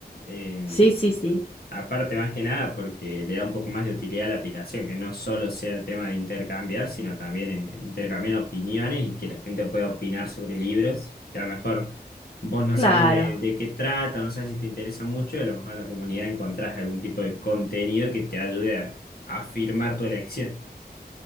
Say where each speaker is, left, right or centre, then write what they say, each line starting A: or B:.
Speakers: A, on the left; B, on the left.
A: Eh,
B: Sí, sí, sí.
A: aparte, más que nada, porque le da un poco más de utilidad a la aplicación, que no solo sea el tema de intercambiar, sino también eh, intercambiar opiniones y que la gente pueda opinar sobre libros, que a lo mejor vos no
B: Claro.
A: sabes de, de qué trata, no sabes si te interesa mucho, y a lo mejor en la comunidad encontrás algún tipo de contenido que te ayude a a afirmar tu elección.